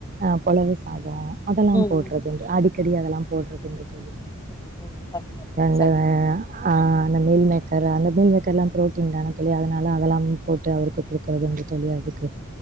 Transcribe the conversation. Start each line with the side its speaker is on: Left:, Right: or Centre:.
Right: அ பொலவு ஸ் சாதோ அதல்லா
Left: ம்
Right: போட்றதுண்டு
Left: ம்
Right: அடி கடி அதல்லாம் போட்றது உண்டு தொழி
Left: ஓகோ சரிங்க தோழி ஸ்
Right: அ அ அ ஆ ந்த மீல் மேக்கர்ல அந்த மீல் மேக்கர்ல்லாம் ப்ரோட்டீன் தான தோழி அதனால அதெலாம் போட்டு அவுருக்கு குடுக்குறது உண்டு தோழி அதுக்கு